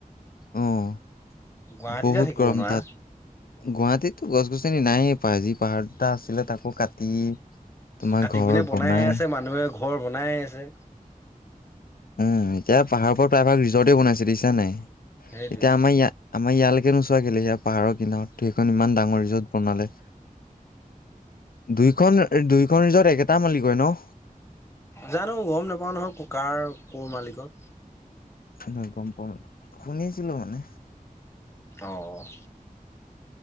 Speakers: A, on the left (about 85°); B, on the left (about 20°).
A: অ'।
B: গুৱাহাটীতে
A: বহুত
B: থাকিব
A: গৰম
B: নোৱাৰা।
A: তাত গুৱাহাটীততো গছ গছনি নাইে প্ৰায় যি পাহাৰত এটা আছিলে তাকো কাটি তোমাৰ
B: কাটি
A: ঘৰ
B: পিনে বনাইে
A: বনাই
B: আছে মানুহে ঘৰ বনায়ে আছে
A: উম, এতিয়া পাহাৰৰ ওপৰত প্ৰায়ভাগ ৰিজৰ্টে বনাইছে দেখিছা নে নাই এতিয়া
B: সেইটোৱে।
A: আমাৰ ইয়াৰ আমাৰ ইয়ালৈকে ইয়াত নোচোৱা কেলে সেয়া পাহাৰৰ কিনাৰত সেইখন ইমান ডাঙৰ ৰিজৰ্ট বনালে। দুইখন দুইখন ৰিজৰ্ট একেটা মালিকৰে ন?
B: জানো গম নেপাও নহয় কাৰ ক'ৰ মালিকৰ।
A: নহয় গম <unintelligible> শুনিছিলো মানে।
B: অ'।